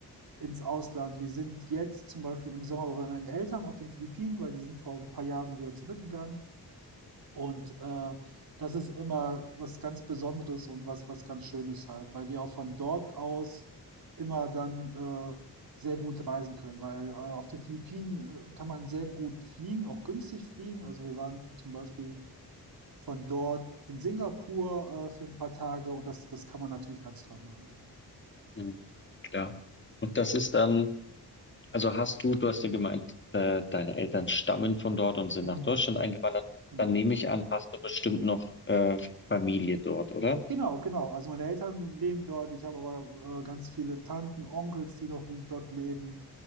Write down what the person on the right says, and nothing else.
ins Ausland. Wir sind jetzt zum Beispiel im Sommer bei meinen Eltern auf den Philippinen, weil die sind vor ein paar Jahren wieder zurückgegangen. Und äh, das ist immer was ganz Besonderes und was, was ganz Schönes halt, weil wir auch von dort aus immer dann äh, sehr gut reisen können, weil äh, auf den Philippinen äh, kann man sehr gut fliegen, auch günstig fliegen. Also wir waren zum Beispiel von dort in Singapur äh, für ein paar Tage und das, das kann man natürlich ganz toll machen.
Mhm,
genau.
Genau, genau. Also meine Eltern leben dort. Ich habe aber äh, ganz viele Tanten, Onkels, die doch dort leben.